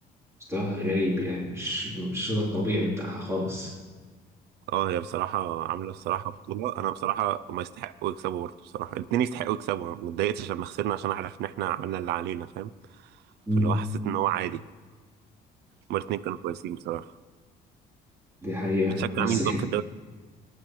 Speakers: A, on the right (about 15°); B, on the right (about 80°).
A: مستواها غريب يعني مش مش ده الطبيعي بتاعها خالص
B: اه هي بصراحه عامله بصراحه بطوله انا بصراحه ما يستحقوا يكسبوا برضه بصراحه الاثنين يستحقوا يكسبوا ما اتضايقتش لما خسرنا عشان عارف ان احنا عملنا اللي علينا فاهم
A: مم.
B: فاللي هو حسيت ان هو عادي هما الاثنين كانوا كويسين بصراحه
A: دي حقيقة
B: بتشجع
A: بس
B: مين
A: احنا
B: طب في الدوري